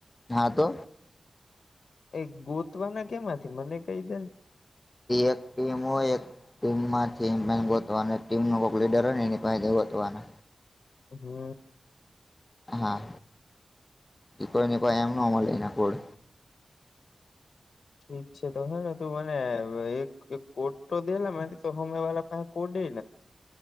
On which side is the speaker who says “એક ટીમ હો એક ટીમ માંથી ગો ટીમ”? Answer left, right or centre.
Left